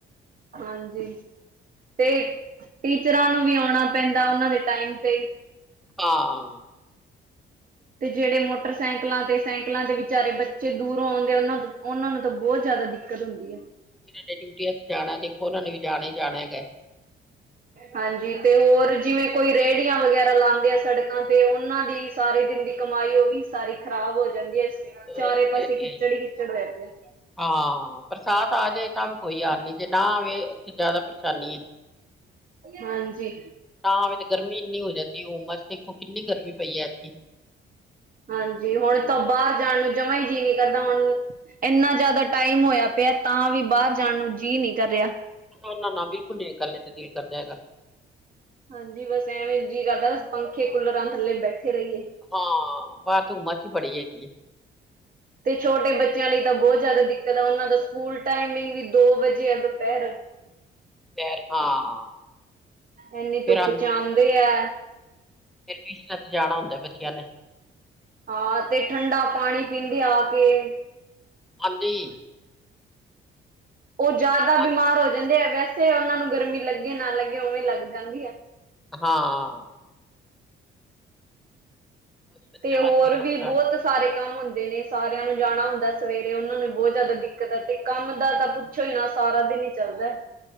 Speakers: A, on the right; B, in the centre.
A: ਹਾਂਜੀ। ਤੇ, ਟੀਚਰਾਂ ਨੂੰ ਵੀ ਆਉਣਾ ਪੈਂਦਾ ਉਹਨਾਂ ਦੇ ਟਾਈਮ ਤੇ।
B: ਹਾਂ
A: ਤੇ ਜਿਹੜੇ ਮੋਟਰਸਾਈਕਲਾਂ ਤੇ ਸਾਈਕਲਾਂ ਤੇ ਵਿਚਾਰੇ ਬੱਚੇ ਦੂਰੋਂ ਆਉਂਦੇ ਉਹਨਾਂ ਉਹਨਾਂ ਨੂੰ ਤਾਂ ਬਹੁਤ ਜ਼ਿਆਦਾ ਕੱਤ ਹੁੰਦੀ ਹੈ।
B: ਜਿੰਨਾ ਨੇ ਡਿਊਟੀਆਂ ਤੇ ਜਾਣਾ ਦੇਖੋ ਉਹਨਾਂ ਨੇ ਵੀ ਜਾਣਾ ਹੀ ਜਾਣਾ ਹੈਗਾ।
A: ਹਾਂਜੀ, ਤੇ ਹੋਰ ਜਿਵੇਂ ਕੋਈ ਰੇਹੜੀਆਂ ਵਗੈਰਾ ਲਾਉਂਦੇ ਆ ਸੜਕਾਂ ਤੇ ਉਹਨਾਂ ਦੀ ਸਾਰੇ ਦਿਨ ਦੀ ਕਮਾਈ ਉਹ ਵੀ ਸਾਰੀ ਖ਼ਰਾਬ ਹੋ ਜਾਂਦੀ ਏ। ਇਸ
B: ਹੋਰ
A: ਚਾਰੇ
B: ਇਹ
A: ਪਾਸੇ
B: ਤੇ ਹੈ
A: ਖਿੱਚੜ
B: ਹੈ
A: ਹੀ ਖਿੱਚੜ ਬਹਿ ਪਿਆ।
B: ਹਾਂ, ਬਰਸਾਤ ਆ ਜਾਵੇ ਤਾਂ ਵੀ ਕੋਈ ਹਾਲ ਨਹੀਂ ਜੇ ਨਾ ਆਵੇ ਉੱਥੇ ਜ਼ਿਆਦਾ ਪਰੇਸ਼ਾਨੀ ਏ।
A: ਹਾਂਜੀ।
B: ਨਾ ਆਵੇਂ ਤੇ ਗਰਮੀ ਇੰਨੀ ਹੋ ਜਾਂਦੀ, ਹੁੰਮਸ ਦੇਖੋ ਕਿੰਨੀ ਗਰਮੀ ਪਈ ਹੈ ਐਤਕੀ।
A: ਹਾਂਜੀ ਹੁਣ ਤਾ ਬਾਰ ਜਾਣ ਨੂੰ ਜਮਾ ਹੀ ਜੀਅ ਨਹੀਂ ਕਰਦਾ ਹੁਣ। ਇੰਨਾ ਜਾਦਾ ਟਾਈਮ ਹੋਇਆ ਪਿਆ ਤਾ ਵੀ ਬਾਰ ਜਾਣ ਨੂੰ ਜੀਅ ਨੀ ਕਰ ਰਿਹਾ।
B: ਇਨਾ ਨਾ ਬਿਲਕੁਲ ਨੀ ਨਿਕਲਣੇ ਨੂੰ ਜੀ ਕਰਦਾ ਹੈਗਾ।
A: ਹਾਂਜੀ ਬਸ ਐਵੇਂ ਜੀ ਕਰਦਾ ਪੰਖੇ ਕੂਲਰਾਂ ਥੱਲੇ ਬੈਠੇ ਰਹੀਏ।
B: ਹਾਂ ਬਾਹਰ ਤੋਂ ਹੁੰਮਸ ਸੀ ਹੀ ਬੜੀ ਹੈਗੀ ਏ।
A: ਤੇ ਛੋਟੇ ਬੱਚਿਆਂ ਲਈ ਤਾ ਬੋਹਤ ਜਾਦਾ ਦਿੱਕਤ ਆ ਉਹਨਾ ਦਾ ਸਕੂਲ ਟਾਈਮਿੰਗ ਵੀ ਦੋ ਵਜੇ ਆ ਦੁਪਹਿਰ।
B: ਫਿਰ ਹਾਂ।
A: ਇੰਨੀ
B: ਫੇਰ
A: ਧੁੱਪ
B: ਆਂ
A: ਚ ਆਦੇ ਆ।
B: ਫੇਰ ਟਿਊਸ਼ਨਾ ਤੇ ਜਾਣਾ ਹੁੰਦਾ ਬੱਚਿਆ ਨੇ।
A: ਹਾਂ ਤੇ ਠੰਡਾ ਪਾਣੀ ਪੀਂਦੇ ਆ ਕੇ।
B: ਹਾਂਜੀ
A: ਉਹ ਜਾਦਾ
B: ਆਂ-
A: ਬਿਮਾਰ ਹੋ ਜਾਂਦੇ ਹੈਗਾ। ਤੇ ਉਹਨਾ ਨੂੰ ਗਰਮੀ ਲੱਗੇ ਨਾ ਲੱਗੇ ਉਵੇਂ ਲੱਗ ਜਾਂਦੀ ਹੈ।
B: ਹਾਂ ਬਸ ਬੱਚਿਆਂ
A: ਤੇ ਹੋਰ
B: ਵਾਸਤੇ ਔਖਾ
A: ਵੀ ਬੋਹਤ ਸਾਰੇ ਕੰਮ ਹੁੰਦੇ ਨੇ ਸਾਰਿਆ ਨੂੰ ਜਾਣਾ ਹੁੰਦਾ ਸਵੇਰੇ ਉਹਨਾ ਨੂੰ ਬਹੁਤ ਜਾਦਾ ਦਿੱਕਤ ਆ ਤੇ ਕੰਮ ਦਾ ਤਾਂ ਪੁੱਛੋ ਹੀ ਨਾ ਸਾਰਾ ਦਿਨ ਹੀ ਚੱਲਦਾ।